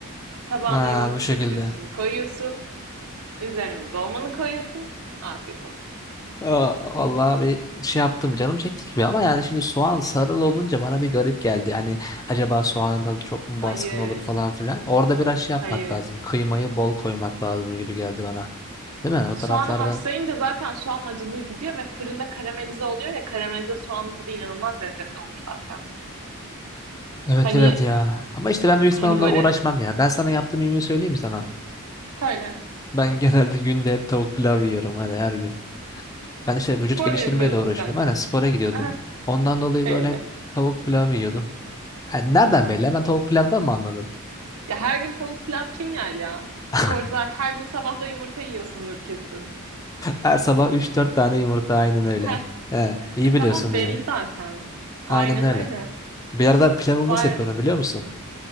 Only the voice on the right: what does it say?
Tabağına
yoğurt
çırpıyorsun, koyuyorsun. Üzerine de dolmanı koyuyorsun. Afiyet olsun.
Hayır,
hayır.
Soğanı
haşlayınca zaten soğan acılığı gidiyor ve fırında karamelize oluyor ya karamelize soğanın tadı inanılmaz lezzetli olur zaten.
Hani
hani
böyle
söyle.
Spor
mu yapıyorsun
sen?
Aha,
belli.
Ya her gün tavuk pilav kim yer ya?
Sporcular her gün sabahta yumurta yiyorsundur kesin.
Heh,
e tamam
belli
zaten. Aynen
öyle.
Var